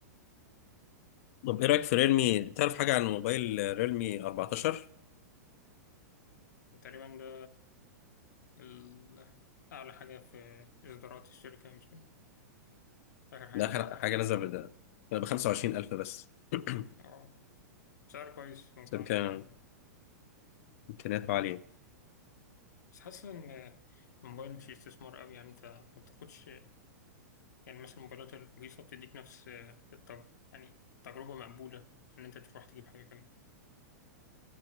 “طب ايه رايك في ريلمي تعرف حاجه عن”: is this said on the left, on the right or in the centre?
Left